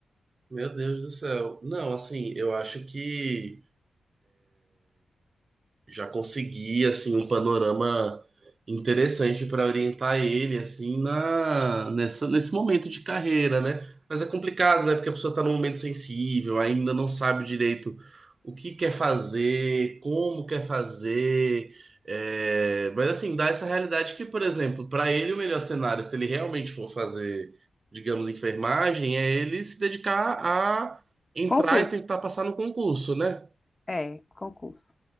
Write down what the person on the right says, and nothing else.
meu Deus do céu. Não, assim, eu acho que já consegui assim um panorama interessante para orientar ele assim na nessa, nesse momento de carreira, né? Mas é complicado, né? Porque a pessoa está num momento sensível, ainda não sabe direito o que quer fazer, como quer fazer. é, Mas assim, dá essa realidade que, por exemplo, para ele o melhor cenário, se ele realmente for fazer, digamos, enfermagem, é ele se dedicar a entrar
e tentar passar no concurso, né?